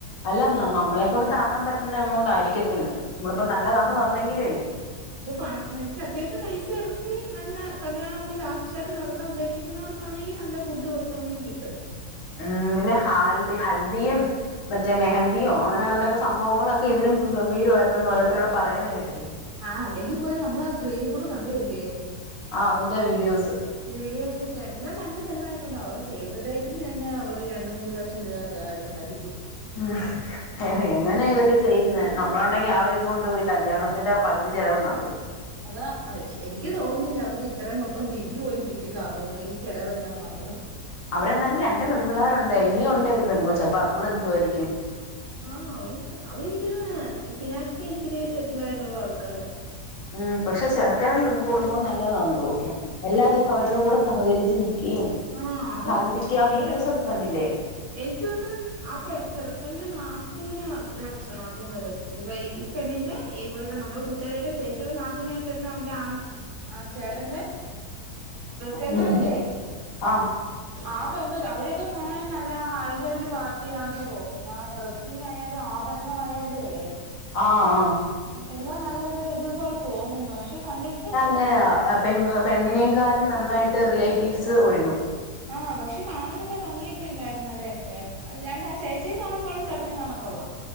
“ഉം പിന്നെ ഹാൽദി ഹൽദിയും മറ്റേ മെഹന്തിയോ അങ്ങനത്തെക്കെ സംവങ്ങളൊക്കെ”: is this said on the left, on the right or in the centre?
Left